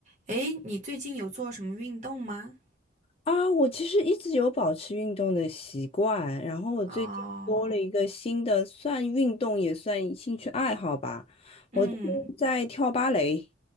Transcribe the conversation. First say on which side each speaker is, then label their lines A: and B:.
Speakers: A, on the right; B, on the left.
A: 诶，你最近有做什么运动吗？
B: 啊，我其实一直有保持运动的习惯，然后我最近多了一个新的，
A: 哦，
B: 算运动也算兴趣爱好吧。
A: 嗯，
B: 我最近在跳芭蕾。